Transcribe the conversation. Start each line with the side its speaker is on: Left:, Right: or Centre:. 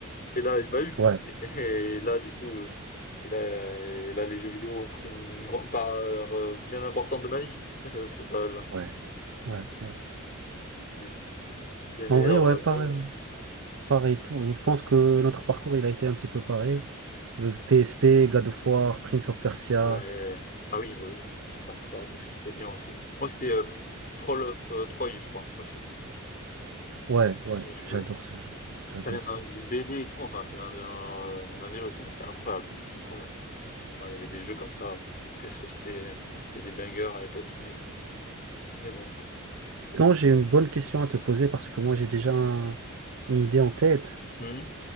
Left: Et là, il m'a eu.
Right: Ouais,
Left: Et et là, du coup, heu, et là et là, les jeux vidéo ont pris une grande part, heu, bien importante de ma vie, <laughs> C'est pas là
Right: ouais, ouais, ouais.
Left: Mais bon, c'est les
Right: En
Left: meilleures,
Right: vrai, ouais,
Left: heu, périodes,
Right: pareil,
Left: hein.
Right: pareil tout. Je pense que notre parcours, il a été un petit peu pareil. Euh, PSP, God of War, Prince of Persia.
Left: Ouais. Ah oui, bah oui, Prince of Persia, qu'est-ce que c'était bien aussi. Moi, c'était, hem, Troll of, heu, Troy, je crois, aussi.
Right: Ouais, ouais,
Left: J'y ai joué.
Right: j'adore ce jeu.
Left: Ça
Right: J'adore
Left: vient d'un
Right: ça.
Left: d'une BD et tout, enfin, ça vient d'un euh, d'un livre et tout, mais c'était incroyable, c'était trop bien. Ouais, il y avait des jeux comme ça, qu'est-ce que c'était c'était des bangers à l'époque, mais mais bon.
Right: Maintenant, j'ai une bonne question à te poser parce que moi, j'ai déjà un- une idée en tête.
Left: Mmh